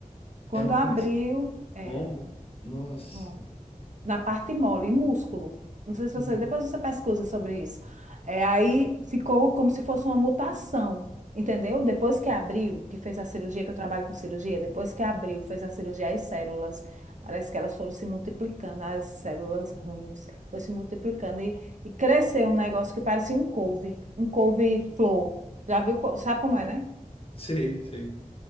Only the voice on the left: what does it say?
Era um
câncer
no ombro? Nossa.
Uhum.
Sei, sei.